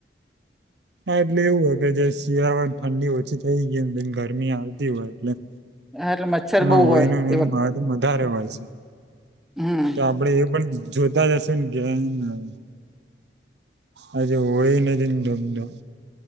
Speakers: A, on the right (about 75°); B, in the centre.
A: હા એટલે એવું હોય કે જે શિયાળ ઠંડી ઓછી થઈ ગઈ બે ગરમી આવતી હોય એટલે-
B: <inaudible>
A: એમાં હોયનું
B: હોય એ
A: એનું માધમ વધારે હોય છે,
B: હમ્મ
A: તો આપડે એ પણ જોતા જશે ને કેને- આજે હોળી એન નિ દોમંદ-